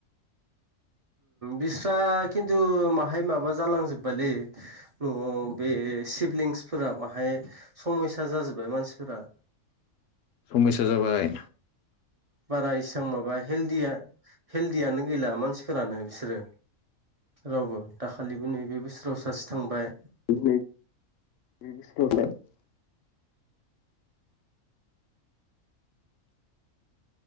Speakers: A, on the right (about 45°); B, on the left (about 70°).
A: बिस्रा खिन्थु बाहाय माबा जालांजोब्बायलै न'आव बे सिभलिंसफोरा बाहाय समयसा जाजोबबाय मानसिफोरा
B: समासा जाबाय।
A: बारा इसां माबा हेल हेलदियानो गैला मानसिफोरानो बिसोरो। रावबो दाखालिबो नैबे बोसोराव सासे थांबाय।
B: <unintelligible>